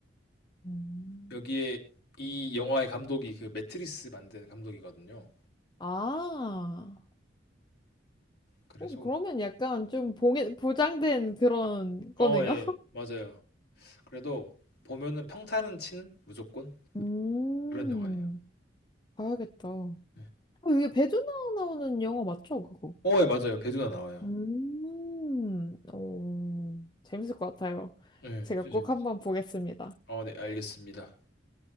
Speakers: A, on the left; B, on the left.
A: 음.
B: 여기에 이 영화의 감독이 그 매트리스 만든 감독이거든요.
A: 아,
B: 그래서,
A: 오, 그러면 약간 좀 봉해, 보장된 그런 거네요?
B: 어, 예, 맞아요. 그래도 보면은 평타는 치는 무조건
A: <laughs> 음,
B: 그런 영화예요.
A: 봐야겠다. 어,
B: 네.
A: 이게 배두나 나오는 영화 맞죠, 그거?
B: 어, 예, 맞아요. 배두나 나와요.
A: 음, 오, 재밌을 것 같아요.
B: 예,
A: 제가
B: 진짜
A: 꼭
B: 재밌어요.
A: 한번 보겠습니다.
B: 어, 네, 알겠습니다.